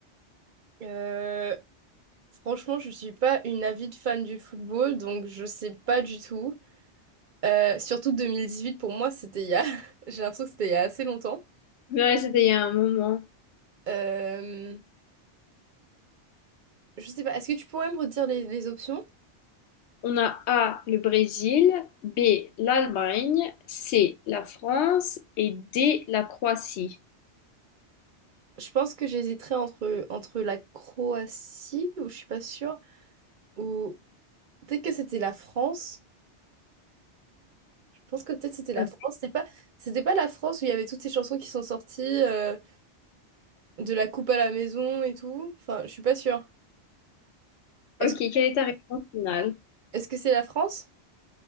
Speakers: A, on the right; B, on the left.
A: Euh, franchement, je suis pas une avide fan du football, donc je sais pas du tout. Euh, surtout 2018, pour moi, c'était il y a... <laughs> J'ai l'impression que c'était il y a assez longtemps.
B: Ouais, c'était il y a un moment.
A: Euh, je sais pas, est-ce que tu pourrais me redire les, les options?
B: On a A, le Brésil, B, l'Allemagne, C, la France et D, la Croatie.
A: Je pense que j'hésiterais entre, entre la Croatie, ou je suis pas sûre, ou peut-être que c'était la France. Je pense que peut-être c'était la
B: Euh,
A: France. C'était pas, c'était pas la France où il y avait toutes ces chansons qui sont sorties, euh, de la coupe à la maison et tout. Enfin, je suis pas sûre. Est-ce
B: Ok,
A: que,
B: quelle est ta réponse finale?
A: est-ce que c'est la France?